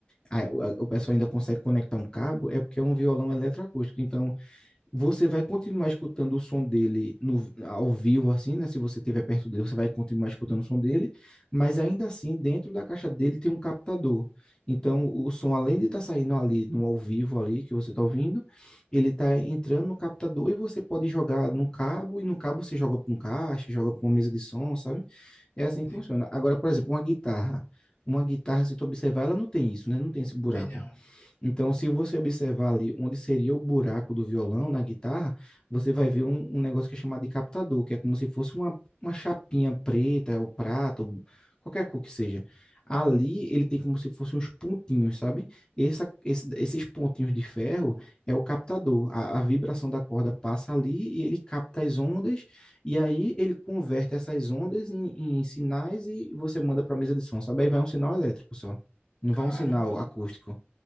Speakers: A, on the left; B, on the left.
A: a- o a- o pessoal ainda consegue conectar um cabo, é porque é um violão eletroacústico. Então, você vai continuar escutando o som dele no, ao vivo, assim, né? Se você estiver perto dele, você vai continuar escutando o som dele, mas ainda assim, dentro da caixa dele tem um captador. Então, o som, além de estar saindo ali no ao vivo ali que você está ouvindo, ele está entrando no captador e você pode jogar no cabo, e no cabo você joga para um caixa, joga para uma mesa de som, sabe? É assim
B: entendi.
A: que funciona. Agora, por exemplo, uma guitarra. Uma guitarra, se tu observar, ela não tem isso, né? Não tem esse buraco.
B: Tem não.
A: Então, se você observar ali onde seria o buraco do violão na guitarra, você vai ver um, um negócio que é chamado de captador, que é como se fosse uma, uma chapinha preta, ou prata, ou qualquer cor que seja. Ali ele tem como se fossem uns pontinhos, sabe? Essa, esse- esses pontinhos de ferro é o captador. A, a vibração da corda passa ali e ele capta as ondas, e aí ele converte essas ondas em, em sinais e você manda para a mesa de som, sabe? Aí vai um sinal elétrico só. Não
B: Caramba,
A: vai um sinal acústico.